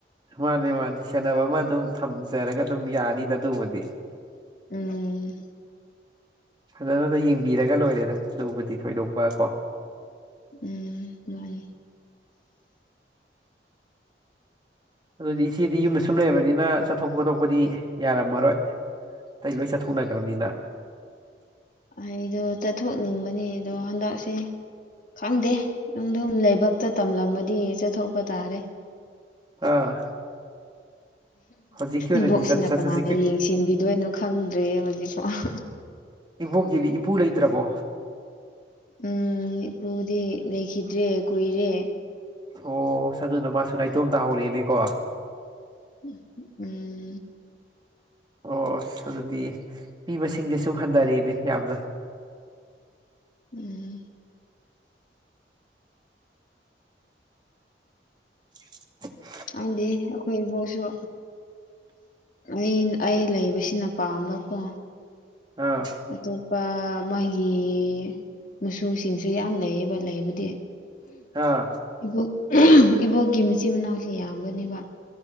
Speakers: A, on the right; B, on the left.
A: ꯃꯥꯅꯤ ꯃꯥꯅꯤ ꯁꯦꯟꯅꯕ ꯑꯃ ꯗꯨꯝ ꯊꯝꯖꯔꯒ ꯑꯗꯨꯝ ꯌꯥꯅꯤꯗ ꯑꯗꯨꯕꯨꯗꯤ
B: ꯎꯝ
A: ꯐꯖꯟꯅꯗ ꯌꯦꯡꯕꯤꯔꯒ ꯂꯣꯏꯔꯦꯗ ꯑꯗꯨꯕꯨꯗꯤ ꯊꯣꯏꯗꯣꯛꯄ ꯀꯣ
B: ꯎꯝ ꯃꯥꯅꯤ
A: ꯑꯗꯨꯗꯤ ꯏꯆꯦꯗꯤ ꯌꯨꯝꯗ ꯁꯨꯝ ꯂꯩꯔꯕꯅꯤꯅ ꯆꯠꯊꯣꯛꯄ ꯈꯣꯠꯇꯣꯛꯄꯗꯤ ꯌꯥꯔꯝꯃꯔꯣꯏ ꯇꯩ ꯂꯣꯏ ꯆꯠꯊꯣꯛꯅꯒ꯭ꯔꯝꯅꯤꯅ
B: ꯑꯩꯗꯣ ꯆꯠꯊꯣꯛꯅꯤꯡꯕꯅꯤ ꯑꯗꯣ ꯍꯟꯗꯛꯁꯦ ꯈꯪꯗꯦ ꯅꯪꯗꯨꯝ ꯂꯩꯕꯛꯇ ꯇꯝꯂꯝꯃꯗꯤ ꯆꯠꯊꯣꯛꯄ ꯇꯥꯔꯦ
A: ꯑꯥ ꯍꯧꯖꯤꯛꯀꯤ ꯑꯣꯏꯅꯗꯤ
B: ꯏꯕꯣꯛꯁꯤꯅ
A: ꯆꯠ ꯆꯠ
B: ꯀꯅꯥꯗ
A: ꯍꯧꯖꯤꯛꯀꯤ
B: ꯌꯦꯡꯁꯤꯟꯕꯤꯗꯣꯏꯅꯣ ꯈꯪꯗ꯭ꯔꯦ ꯍꯧꯖꯤꯛꯐꯥꯎ
A: ꯏꯕꯣꯛꯀꯤꯗꯤ ꯏꯄꯨ ꯂꯩꯇ꯭ꯔꯕꯣ
B: ꯎꯝ ꯏꯄꯨꯗꯤ ꯂꯩꯈꯤꯗ꯭ꯔꯦ ꯀꯨꯏꯔꯦ
A: ꯑꯣꯁ ꯑꯗꯨꯅ ꯃꯥꯁꯨ ꯅꯥꯏꯇꯣꯝ ꯇꯍꯧꯔꯦꯅꯦꯀꯣ
B: ꯎꯝ
A: ꯑꯣꯁ ꯑꯗꯨꯗꯤ ꯃꯤ ꯃꯁꯤꯡꯁꯦ ꯁꯨꯝ ꯍꯟꯗꯔꯦꯅꯦ ꯌꯥꯝꯅ <inaudible>
B: ꯎꯝ
A: <inaudible>
B: ꯈꯪꯗꯦ ꯑꯩꯈꯣꯏ ꯏꯕꯣꯛꯁꯣ ꯑꯩ ꯑꯩ ꯂꯩꯕꯁꯤꯅ ꯄꯥꯝꯕꯀꯣ
A: ꯑꯥ
B: ꯑꯇꯣꯄ ꯃꯥꯍ ꯒꯤ ꯃꯨꯆꯨꯁꯤꯡꯁꯨ ꯌꯥꯝ ꯂꯩꯌꯦꯕ ꯂꯩꯕꯗꯤ
A: ꯑꯥ
B: ꯏꯕꯣꯛ ꯏꯕꯣꯛꯀꯤ ꯃꯆꯤꯟ ꯃꯅꯥꯎꯁꯤ ꯌꯥꯝꯕꯅꯦꯕ